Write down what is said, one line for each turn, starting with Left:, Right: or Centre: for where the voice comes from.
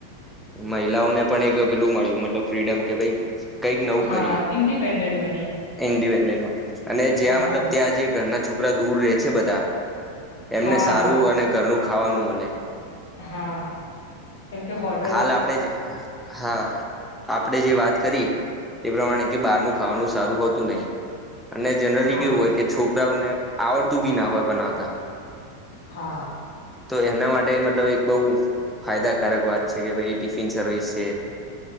Centre: મહિલાઓને પણ એક પેલું મળ્યું મતલબ ફ્રીડમ કે ભઈ કંઈક નવું
Left: હા
Centre: કરીએ,
Left: ઇન્ડિપેન્ડન્ટ બની
Centre: ઇન્ડિપેન્ડ. મ અને જ્યાં
Left: હા
Centre: મતલબ ત્યાં જે ઘરના છોકરા દૂર રે છે બધા એમને
Left: હા
Centre: સારું અને ઘરનું ખાવાનું મલે.
Left: હા. એમ કે હોટ
Centre: હાલ આપડે જે હા આપડે જે વાત કરી એ પ્રમાણે કે બહારનું ખાવાનું બહુ સારું હોતું નહીં. અને જેનેરલી
Left: હા
Centre: કેવું હોય કે છો કરાઓને આવડતું બી ના હોય બનાવતા.
Left: હા.
Centre: તો એમના માટે મતલબ એક બહુ ફાયદાકારક વાત છે કે ભાઈ ટીફિન સર્વિસ છે.